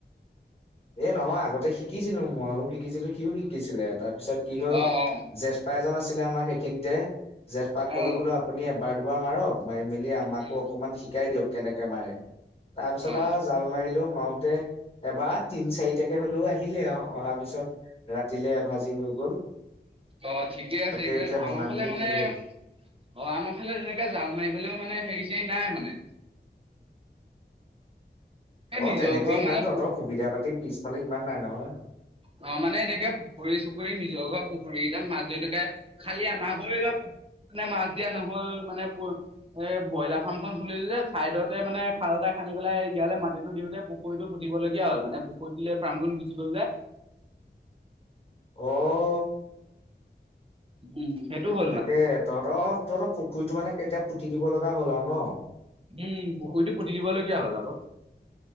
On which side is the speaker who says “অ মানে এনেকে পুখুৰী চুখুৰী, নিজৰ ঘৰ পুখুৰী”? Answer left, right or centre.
Right